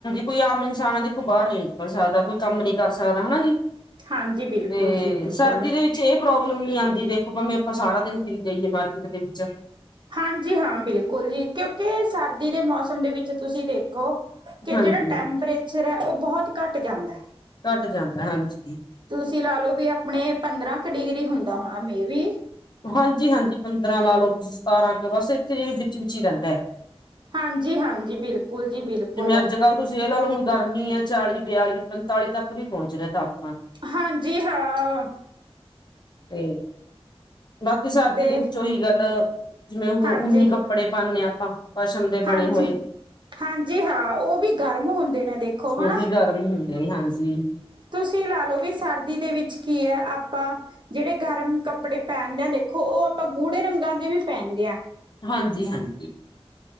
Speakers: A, on the left; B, on the right.
A: ਕੋਈ ਆਮ ਇਨਸਾਨ ਦੇਖੋ ਬਾਹਰ ਨੀ ਨਿਕਲ ਸਕਦਾ ਕੋਈ ਕੰਮ ਨੀ ਕਰ ਸਕਦਾ ਹਨਾ ਜੀ।
B: ਹਾਂਜੀ ਬਿਲਕੁਲ
A: ਤੇ
B: ਜੀ ਬਿਲਕੁਲ
A: ਸਰਦੀ ਦੇ ਵਿੱਚ ਇਹ ਪ੍ਰੋਬ ਹਾਂਜੀ ਵੇਖੋ ਭਾਵੇਂ ਆਪਾਂ ਸਾਰਾ ਦਿਨ ਫਿਰੀ ਜਾਈਏ ਮਾਰਕੀਟ ਦੇ ਵਿੱਚ।
B: ਹਾਂਜੀ ਹਾਂ ਬਿਲਕੁਲ ਜੀ ਕਿਉਂਕਿ ਸਰਦੀ ਦੇ ਮੌਸਮ ਦੇ ਵਿੱਚ ਤੁਸੀਂ ਦੇਖੋ ਕਿ
A: ਹਾਂਜੀ
B: ਜਿਹੜਾ ਟੈਂਪਰੇਚਰ ਹੈ ਉਹ ਬਹੁਤ ਘੱਟ ਜਾਂਦਾ।
A: ਘੱਟ ਜਾਂਦਾ ਹਾਂਜੀ
B: ਤੁਸੀਂ ਲਾ ਲੋ ਵੀ ਆਪਣੇ ਪੰਦਰਾਂ ਕੁ ਡਿਗਰੀ ਹੁੰਦਾ ਹੋਣਾ ਮੇ ਬੀ।
A: ਹਾਂਜੀ-ਹਾਂਜੀ ਪੰਦਰਾਂ ਲਾ ਲਓ ਤੁਸੀਂ ਸਤਾਰਾਂ ਕੇ ਬਸ ਇੱਥੇ ਵਿੱਚ-ਵਿਚ ਹੀ ਰਹਿੰਦਾ।
B: ਹਾਂਜੀ ਹਾਂਜੀ ਬਿਲਕੁਲ ਜੀ ਬਿਲਕੁਲ
A: ਜਿਵੇਂ ਅੱਜ ਕੱਲ੍ਹ ਤੁਸੀਂ ਇਹ ਲਾ ਲਓ ਹੁਣ ਗਰਮੀ ਹੈ ਚਾਲੀ ਬਿਆਲੀ ਪੰਤਾਲੀ ਤੱਕ ਵੀ ਪਹੁੰਚ ਰਿਹਾ ਤਾਪਮਾਨ।
B: ਹਾਂਜੀ ਹਾਂ।
A: ਤੇ ਬਾਕੀ ਸਰਦੀ
B: ਤੇ
A: ਦੇ ਵਿੱਚ ਉਹੀ ਗੱਲ ਜਿਵੇਂ ਹੁਣ
B: ਹਾਂਜੀ
A: ਊਨੀ ਕੱਪੜੇ ਪਾਨੇ ਆ ਆਪਾਂ ਪਸ਼ਮ ਦੇ
B: ਹਾਂਜੀ
A: ਬਣੇ ਹੋਏ।
B: ਹਾਂਜੀ ਹਾਂ ਉਹ ਵੀ ਗਰਮ ਹੁੰਦੇ ਨੇ ਦੇਖੋ
A: ਉਹ
B: ਹਨਾ।
A: ਵੀ ਗਰਮ ਹੁੰਦੇ ਹਾਂਜੀ
B: ਤੁਸੀਂ ਲਾ ਲੋ ਵੀ ਸਰਦੀ ਦੇ ਵਿੱਚ ਕੀ ਹੈ ਆਪਾਂ ਜਿਹੜੇ ਗਰਮ ਕੱਪੜੇ ਪਹਿਨਦੇ ਆ ਦੇ ਦੇਖੋ ਉਹ ਆਪਾਂ ਗੂੜੇ ਰੰਗਾਂ ਦੇ ਵੀ ਪਹਿਨ
A: ਹਾਂਜੀ ਹਾਂਜੀ